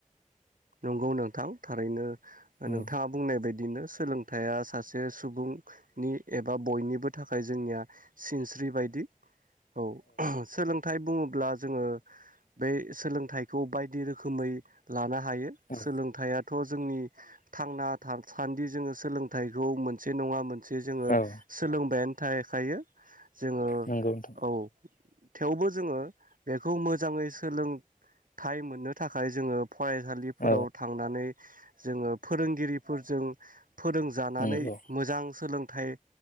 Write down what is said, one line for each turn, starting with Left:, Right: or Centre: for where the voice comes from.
Right: नंगौ नोंथां थारैनो। नोंथाङा
Left: औ
Right: बुंनाय बायदि। बिदिनो सोलोंथाइया सासे सुबुंनि एबा बयनिबो थाखाय जोंनिया सिनस्रि बायदि औ सोलों थाय बुङोब्ला जोङो बे सोलोंथाइखौ बायदि रोखोम खोमै लाना हायो
Left: औ
Right: सोलोंथाइ आथ' जोंनि थांना थासान्दि जोङो सोलोंथाइखौ मोनसे नङामोन मोनसे जोङो
Left: औ औ
Right: सोलोंबायानो थाहैखायो जोङो
Left: नंगौ नोंथां
Right: औ थेवबो जोङो बेखौ मोजाङै सोलोंथाइ मोननो थाखाय जोङो फरायसालिफोराव
Left: औ
Right: थांनानै जोङो फोरोंगिरिफोरजों फोरोंजानानै
Left: नंगौ
Right: मोजां सोलों थाइ